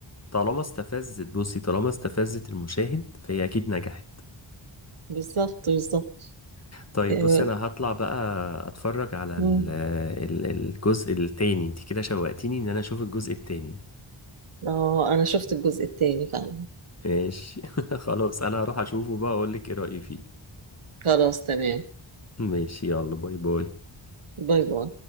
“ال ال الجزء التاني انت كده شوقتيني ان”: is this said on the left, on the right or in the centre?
Left